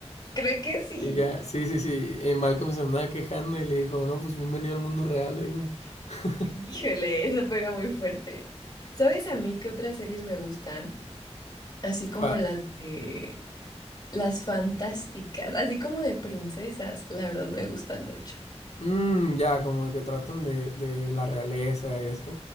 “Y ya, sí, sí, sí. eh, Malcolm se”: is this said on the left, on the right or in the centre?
Left